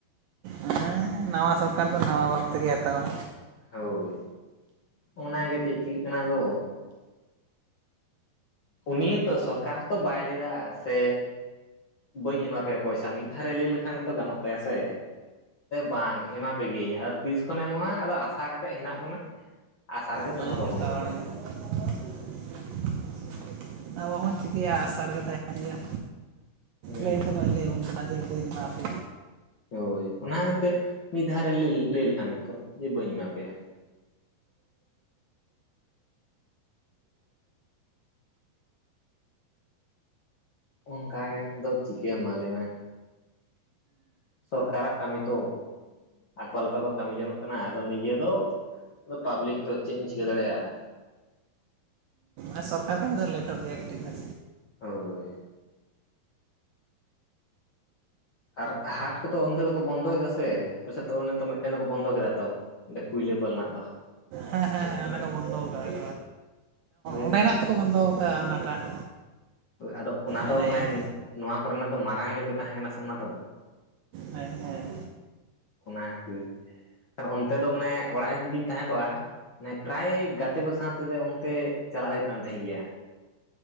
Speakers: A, on the right; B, on the left.
A: ᱦᱮᱸ ᱱᱟᱣᱟ ᱥᱚᱨᱠᱟᱨ ᱫᱚ ᱱᱟᱣᱟ ᱵᱟᱷᱟᱵ ᱛᱮᱜᱮ ᱦᱟᱛᱟᱣᱟ
B: ᱦᱳᱭ ᱚᱱᱟᱜᱮ ᱪᱮᱫ ᱪᱤᱠᱟᱹᱜ ᱠᱟᱱᱟᱫᱚ ᱩᱱᱤ ᱛᱚ ᱥᱚᱨᱠᱟᱨ ᱦᱚᱸᱛᱚ ᱵᱟᱭ ᱞᱟᱹᱭᱟ ᱥᱮ ᱵᱟᱹᱧ ᱮᱢᱟ ᱯᱮᱭᱟ ᱯᱚᱭᱥᱟ ᱢᱤᱫ ᱫᱷᱟᱣ ᱨᱮ ᱞᱟᱹᱭ ᱞᱮᱠᱷᱟᱱ ᱜᱮᱛᱚ ᱜᱟᱱᱚᱜ ᱛᱟᱭᱟ ᱥᱮ ᱵᱟᱝ ᱮᱢᱟ ᱯᱮᱜᱤᱭᱟᱹᱭᱧ ᱟᱫᱚ ᱛᱤᱥ ᱠᱷᱚᱱᱮ ᱮᱢᱚᱜᱼᱟ ᱟᱫᱚ ᱟᱥᱟ ᱠᱟᱛᱮᱜ ᱦᱮᱱᱟᱜ ᱵᱚᱱᱟ ᱟᱥᱟ ᱨᱮᱜᱮ
A: ᱦᱮᱸ
B: ᱫᱚᱦᱚ ᱠᱟᱵᱚᱱ
A: ᱡᱚᱛᱚ
B: ᱠᱟᱱᱟᱭ
A: ᱦᱚᱲᱜᱮ <inaudible> ᱢᱚ ᱪᱤᱠᱟᱹᱭᱟ ᱟᱥᱟᱨ ᱨᱮᱜᱮ ᱛᱟᱦᱮ ᱜᱮᱭᱟ
B: ᱦᱩᱸ
A: ᱞᱟᱹᱭ ᱛ ᱞᱟᱹᱭ ᱟᱵᱚᱱ ᱵᱟᱲ ᱯᱷᱤᱨ ᱠᱚᱭ ᱫᱤᱱᱟ <inaudible>
B: ᱦᱳᱭ ᱚᱱᱟᱛᱮ ᱢᱤᱫ ᱫᱷᱟᱣ ᱨᱮ ᱞᱟᱹᱭ ᱞᱮᱠᱷᱟᱱ ᱜᱮᱛᱚ ᱡᱮ ᱵᱟᱹᱧ ᱮᱢᱟ ᱯᱮᱭᱟ ᱚᱱᱠᱟ ᱜᱮᱫᱚ ᱪᱤᱠᱟᱹᱭ ᱮᱢᱟᱞᱮ ᱢᱮ ᱥᱚᱨᱠᱟᱨᱟᱜ ᱠᱟᱹᱢᱤ ᱛᱚ ᱟᱠᱚ ᱞᱮᱠᱟ ᱠᱚ ᱠᱟᱹᱢᱤ ᱡᱚᱱᱚᱜ ᱠᱟᱱᱟ ᱟᱫᱚ ᱱᱤᱡᱮ ᱫᱚ ᱟᱫᱚ ᱯᱟᱵᱽᱞᱤᱠ ᱫᱚᱚ ᱪᱮᱫ ᱮᱢ ᱪᱤᱠᱟᱹ ᱫᱟᱲᱮᱭᱟᱜᱼᱟ
A: ᱟᱨ ᱥᱚᱨᱠᱟᱨ ᱠᱷᱚᱱ ᱫᱚ ᱞᱮᱴᱚᱜ ᱜᱮᱭᱟ ᱠᱟᱹᱴᱤᱡ ᱫᱚ
B: ᱦᱳᱭ ᱟᱨ ᱦᱟᱴ ᱠᱚᱫᱚ ᱚᱱᱛᱮ ᱫᱚᱠᱚ ᱵᱚᱱᱫᱚᱭᱮᱫᱟ ᱥᱮ ᱟᱯᱮᱥᱮᱪ ᱛᱚ ᱚᱱᱚ ᱢᱤᱫᱴᱮᱱ ᱫᱚᱠᱚ ᱵᱚᱱᱫᱚ ᱠᱮᱫᱟ ᱛᱚᱰᱮ ᱠᱩᱭ ᱛᱞᱟᱹᱯᱟᱞᱱᱟᱜ ᱫᱚ
A: ᱦᱮᱸ ᱦᱮᱸ ᱚᱱᱟ ᱠᱚ ᱵᱚᱱᱫᱚ ᱠᱟᱜ
B: ᱦᱳᱭ
A: ᱚᱸᱰᱮᱱᱟᱜ ᱛᱮᱠᱚ ᱵᱚᱱᱫᱚ ᱟᱠᱟᱟᱜᱼᱟ ᱚᱱᱟᱴᱟᱜ
B: ᱟᱫᱚ ᱚᱱᱟ ᱫᱚ
A: ᱮᱱ ᱟᱭ
B: ᱢᱟᱱᱮ
A: ᱮᱢ
B: ᱱᱚᱣᱟ ᱠᱚᱨᱮᱱᱟᱜ ᱫᱚ ᱢᱟᱨᱟᱝ ᱧᱚᱜ ᱜᱮ ᱛᱟᱦᱮᱸ ᱠᱟᱱᱟ ᱥᱮ ᱚᱱᱟ ᱫᱚ
A: ᱦᱮᱸ ᱦᱮᱸ
B: ᱚᱱᱟ ᱠᱷᱟᱹᱛᱤᱨ ᱟᱨ ᱚᱱᱛᱮ ᱫᱚ ᱢᱟᱱᱮ ᱚᱲᱟᱜ ᱡᱩᱫᱤᱧ ᱛᱟᱦᱮᱸ ᱠᱚᱜᱼᱟ ᱢᱟᱱᱮ ᱯᱨᱟᱭ ᱜᱟᱛᱮ ᱠᱚ ᱥᱟᱶ ᱛᱮᱫᱚ ᱚᱱᱛᱮ ᱪᱟᱞᱟᱜ ᱦᱩᱭᱩᱜ ᱠᱟᱱ ᱛᱟᱦᱮᱸᱫ ᱜᱮᱭᱟ